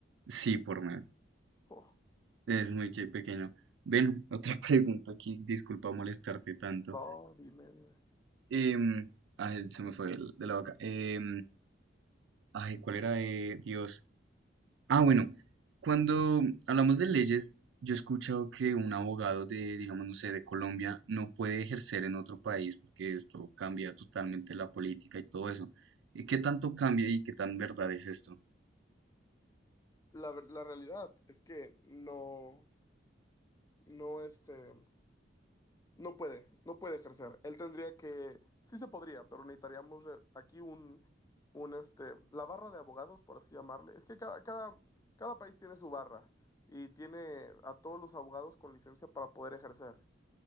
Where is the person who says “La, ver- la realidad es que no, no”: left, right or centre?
Left